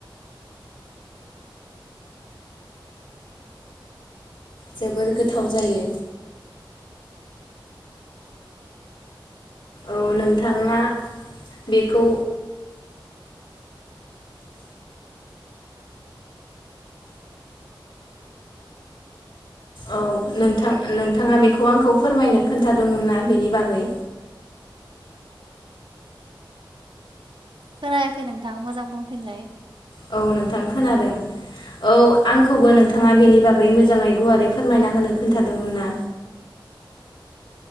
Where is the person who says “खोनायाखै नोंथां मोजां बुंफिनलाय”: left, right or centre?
Right